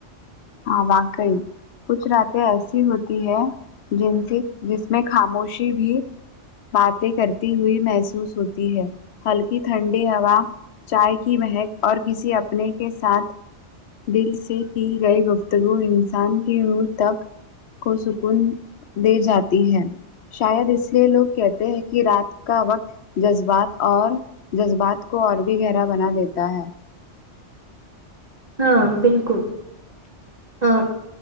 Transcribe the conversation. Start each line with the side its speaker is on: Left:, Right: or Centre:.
Left: ہاں واقع کچھ راتیں ایسی ہوتی ہے جن سے جس میں خاموشی بھی باتیں کرتی ہوئی محسوس ہوتی ہے ہلکی ٹھنڈی ہوا چائے کی مہک اور کسی اپنے کے ساتھ دل سے کی گئی گفتگو انسان کی منہ تک کو سکون دے جاتی ہے شاید اس لیے لوگ کہتے ہیں کہ رات کا وقت جذبات اور جذبات کو اور بھی گہرا بنا دیتا ہے
Right: ہاں بالکل آ،